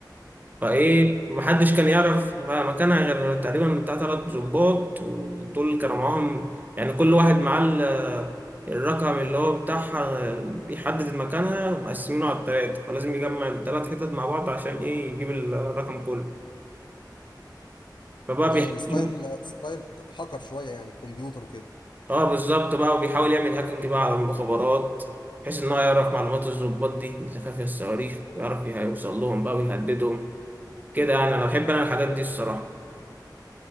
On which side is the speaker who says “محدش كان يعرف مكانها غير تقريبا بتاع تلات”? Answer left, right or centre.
Right